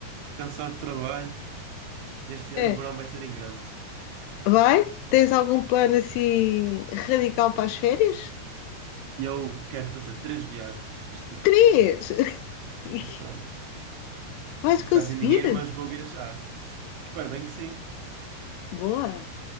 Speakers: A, on the right; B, on the left.
A: cansado de trabalho. Este
B: É.
A: ano o verão vai ser em grande.
B: Vai? Tens algum plano assim radical para as férias?
A: E Eu quero fazer três viagens este ano.
B: Três! <laughs>
A: Exato.
B: Vais
A: Vou
B: conseguir?
A: ficar sem dinheiro, mas vou viajar. Espero bem que sim.
B: Boa!